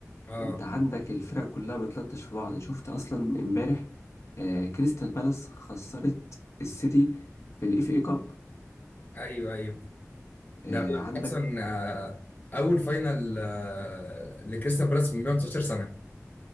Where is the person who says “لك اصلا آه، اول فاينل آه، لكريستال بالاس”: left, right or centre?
Left